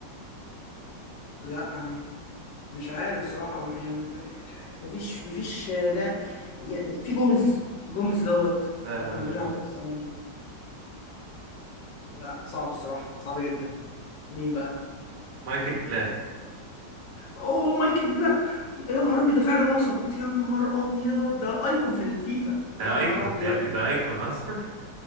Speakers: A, on the left; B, on the right.
A: لا انا مش عارف صراحة يعني مش عارف مفيش مفيش لاعب يعني في جوميز جوميز دوت
B: لا لا
A: كان
B: لا،
A: بيلعب
B: مش جوميز
A: برضه في المانيا لا صعب الصراحة صعب جدا مين بقى
B: مايكل بلاك
A: اوه مايكل بلاك يا نهار ابيض ده فعلا وسط يا نهار ابيض ده ايكون في الفيفا
B: ده
A: يا نهار
B: ايكون
A: ابيض
B: ده يا ابني ده ايكون اصلا <laughs>